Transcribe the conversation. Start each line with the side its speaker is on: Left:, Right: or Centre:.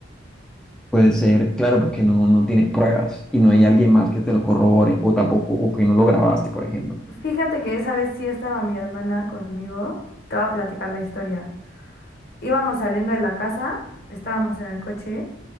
Centre: Puede ser, claro, porque no, no tienes pruebas y no hay alguien más que te lo corrobore o tampoco, o que no lo grabaste, por ejemplo.
Left: Fíjate que esa vez sí estaba mi hermana conmigo, te voy a platicar la historia. Íbamos saliendo de la casa, estábamos en el coche